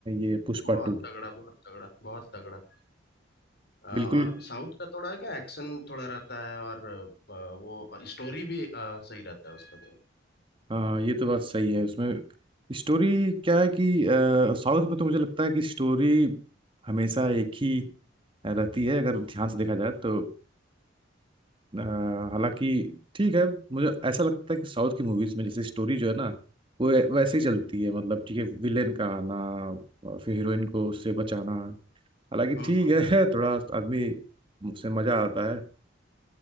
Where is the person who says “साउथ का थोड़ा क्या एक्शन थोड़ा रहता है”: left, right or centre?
Left